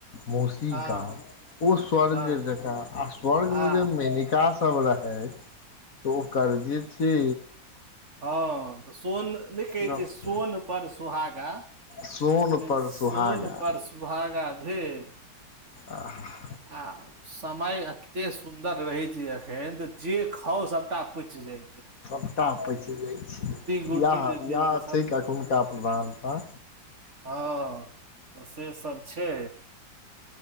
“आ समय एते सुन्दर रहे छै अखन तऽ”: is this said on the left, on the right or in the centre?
Right